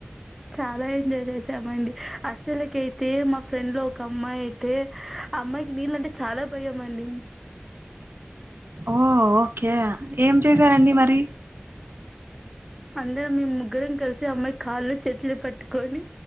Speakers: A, in the centre; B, on the right.
A: చాలా ఎంజాయ్ చేసామండి అసలకే అయితే మా ఫ్రెండ్ లో ఒక అమ్మాయి అయితే ఆ అమ్మాయికి నీళ్ళ అంటే చాలా భయం అండి
B: ఓ ఓకే ఏం చేశారండి మరి
A: అందరం మ ముగ్గురం కలిసి అమ్మాయి కాళ్ళు చెట్లు పెట్టుకొని